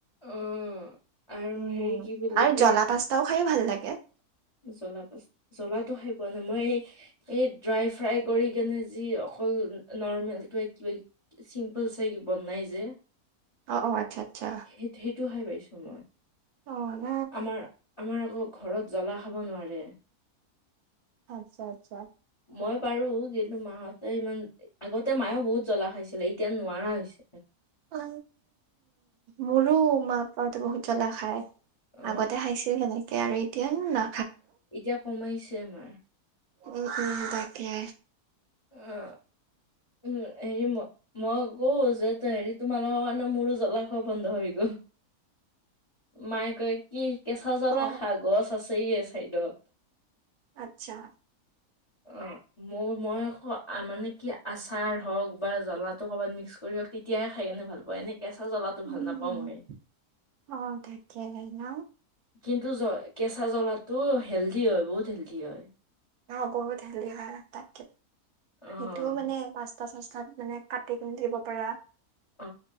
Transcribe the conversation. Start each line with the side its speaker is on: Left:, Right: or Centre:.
Left: অ আৰু
Right: উম
Left: হেৰি কি বুলি
Right: আৰু
Left: কয়
Right: জ্বলা পাস্তাও খাইয়ো ভাল লাগে
Left: জ্বলা পা জ্বলাটো খাই পোৱা নাই মই এই এই ড্ৰাই ফ্ৰাই কৰি কেনে যি অকল নৰ্মেল কিবা কিবা চিম্পল চাই বনাই যে
Right: অ অ আচ্ছা আচ্ছা
Left: সেই সেইটো খাই পাইছো আমাৰ
Right: অ ন
Left: আমাৰ আকৌ ঘৰত জ্বলা খাব নোৱাৰে
Right: আচ্ছা, আচ্ছা।
Left: মই পাৰোঁ কিন্তু মাহঁতে ইমান, আগতে মায়েও বহুত জ্বলা খাইছিলে এতিয়া নোৱাৰা হৈছে।
Right: উ মোৰো মা <unintelligible> বহুত জ্বলা খায়
Left: অ
Right: আগতে খাইছিল সেনেকে আৰু এতিয়া না
Left: এতিয়া কমাইছে আমাৰ।
Right: উম উম তাকে
Left: অ উম এই ম ম কও যে হেৰি তোমালোকৰ কাৰণে মোৰো জ্বলা খোৱা বন্ধ হৈ গ'ল মায়ে কয় কি কেঁচা জ্বলা
Right: অ
Left: খা গছ আছে চাইডত
Right: আত্ছা।
Left: অ মই মই আকৌ মানে কি আচাৰ হওক বা জ্বলাটো কবাত মিক্স কৰিওক তেতিয়াহে খাই কিনে ভাল পোৱা এনেই কেঁচা জ্বলাটো
Right: উম
Left: ভাল নাপাওঁ মই।
Right: অ তাকে ন
Left: কিন্তু জ, কেঁচা জ্বলাটো হেলডি হয় বহুত হেলডি হয়।
Right: অ' বহুত হেল্ডি হয় তাকে,
Left: অ'
Right: হেটোও মানে পাচ <unintelligible> যেনে কাটি কিনি দিব পাৰা
Left: অ